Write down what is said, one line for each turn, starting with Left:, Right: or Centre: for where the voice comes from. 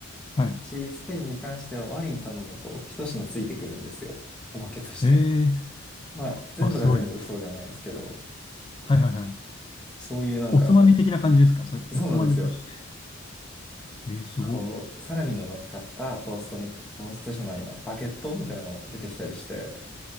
Left: はい。
Centre: あっち、スペインに関してはワイン頼むと一品ついてくるんですよ。おまけとして。
Left: えー、
Centre: まあ、全部が全部そうじゃないんですけど、
Left: あ、すごい。はいはいはい。
Centre: そういうなんか、
Left: おつまみ的な感じですかそれっておつまみとして。
Centre: そうなんですよ。
Left: えー、すごっ。
Centre: こう、サラミの乗っかったトーストみ、トーストじゃないな、バゲットみたいなのが出てきたりして、